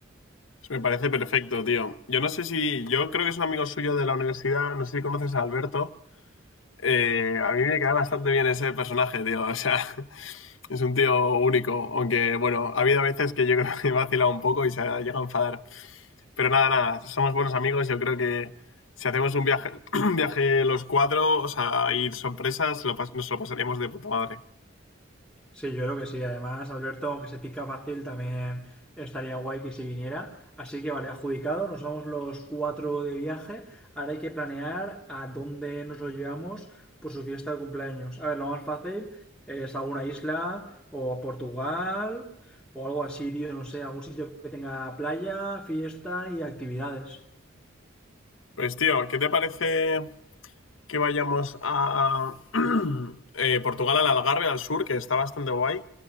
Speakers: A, on the left (about 80°); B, in the centre.
A: Eso me parece perfecto, tío. Yo no sé si. Yo creo que es un amigo suyo de la universidad. No sé si conoces a Alberto. Eh, a mí me cae bastante bien ese personaje, tío. O sea, <laughs> es un tío único. Aunque, bueno, ha habido veces que yo creo que me ha vacilado un poco y se ha llegado a enfadar. Pero nada, nada, somos buenos amigos. Yo creo que si hacemos un viaje, <clears throat> un viaje los cuatro, o sea, ir sorpresas, lo pas- nos lo pasaríamos de puta madre.
B: Sí, yo creo que sí. Además, Alberto, aunque se pica fácil, también estaría guay que si viniera. Así que vale, adjudicado, nos vamos los cuatro de viaje. Ahora hay que planear a dónde nos lo llevamos por su fiesta de cumpleaños. A ver, lo más fácil es alguna isla o a Portugal o algo así, tío, no sé, algún sitio que tenga playa, fiesta y actividades.
A: Pues tío, ¿qué te parece que vayamos a <clears throat> eh, Portugal, al Algarve, al sur, que está bastante guay?